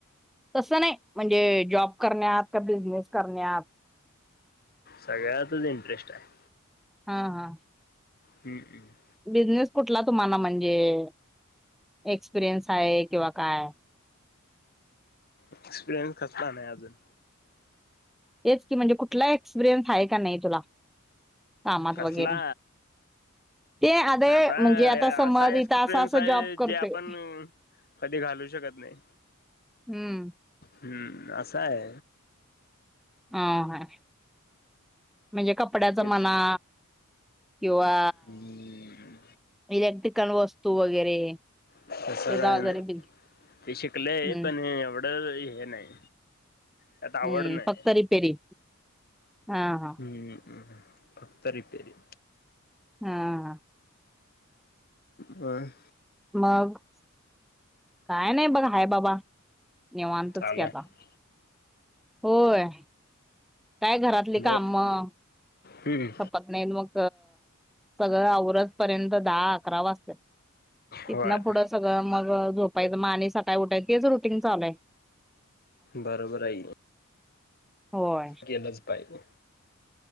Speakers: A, in the centre; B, on the left.
A: तसं नाही म्हणजे जॉब करण्यात का बिझनेस करण्यात-
B: सगळ्यातच इंटरेस्ट आहे. <inaudible>
A: हा -हा
B: हम-हम-
A: बिझनेस कुठला तुम्हाला म्हणजे- एक्सपिरियन्स आहे किंवा काय?
B: एक्सपिरियन्स कसला नाही अजून?
A: हेच की म्हणजे कुठला एक्सपिरियन्स हाय का नाही तुला? कामात
B: कसला
A: वगैरे. ते आदे
B: आता
A: म्हणजे आता समज
B: असा एक्सपिरियन्स
A: इथ असं असं
B: आहे
A: जॉब करतोय,
B: जे आपण कधी घालू शकत नाही.
A: हम्म.
B: हम्म असाय.
A: ह-ह हाय म्हणजे कपड्याच
B: तेच
A: मना किंवा
B: हम्म
A: इलेक्ट्रिकल वस्तू वगैरे.
B: तस काय
A: त्याचा वगैरे
B: नाही.
A: बिल
B: ते शिकलय,
A: हम्म
B: पण एव ड हे नाही. त्यात आवड
A: हम्म
B: नाही
A: फक्त रिपेरी हा-हा.
B: हम्म फक्त रिपेरी
A: हां हां.
B: होय.
A: मग काय नाही बघ, हाय बाबा. निेवांतच
B: चालू
A: की आता.
B: आहे
A: होय. काय घरातली
B: बर
A: कामं
B: हम्म
A: संपत नाहीत मग, सगळं आवरसपर्यंत दहा, अकरा वाजत्यात.
B: होय
A: इथन पुढं सगळं मग झोपायचं म आणि सकाळी उठायच, तेच रुटीन चालूय.
B: बरोबर हाय कि ओ.
A: होय
B: केलंच पाहिजे.